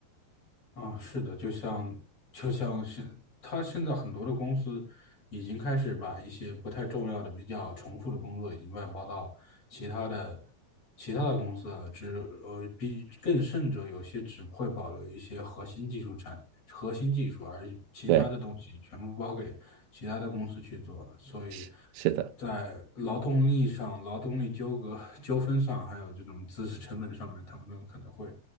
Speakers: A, on the left; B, on the right.
A: 啊，是的，就像就像现，他现在很多的公司已经开始把一些不太重要的、比较重复的工作已经外包到其他的其他的公司了，只呃比更甚者，有些只会保留一些核心技术产核心技术，而其他的东西全部包给其他的公司去做，
B: 对，
A: 所以
B: 是是的，
A: 在劳动力上、劳动力纠葛 <laughs> 纠纷上，还有这种知识成本上面，他们可能会